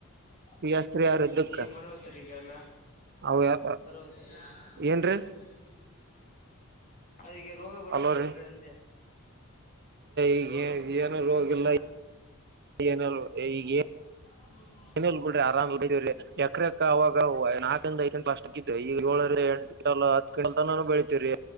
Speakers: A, on the left; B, on the right.
A: <unintelligible>
B: ಪಿ ಎಸ್ ತ್ರಿ ಆರ್ ಇದ್ದಕ್ಕ
A: ಬರೋತರಿಗಲ್ಲಾ
B: ಅವ
A: ಬರವತದು <unintelligible>
B: ಏನ್ರೀ
A: ಅದೆ ಈಗ ರೋಗ ಬರತ್ತೇನೆನಂದೆ
B: ಅಲೋರಿ ಈಗ
A: ರೋಗ ಬರ್ತಾ
B: ಏನು
A: ಇದ್ಯಾ
B: ರೋಗಿಲ್ಲ
A: ನೀನ್
B: <unintelligible> ಈಗ ಏನ್
A: <unintelligible> <unintelligible>
B: ಏನಲ್ ಬಿಡ್ರಿ ಆರಾಮ್ ಇದ್ರರಿ ಎಕ್ರ ಎಕ್ಕ ಅವಾಗ ನಾಲ್ಕಂದ ಐದ <unintelligible> ಅಷ್ಟಕ್ಕ ಇದ್ರ ಈಗ ಏ <unintelligible> <unintelligible> <unintelligible> ಲ್ಲ ಅದ್ ಕಂತಾ ನಾನು ಬೆಳಿತಿರಿ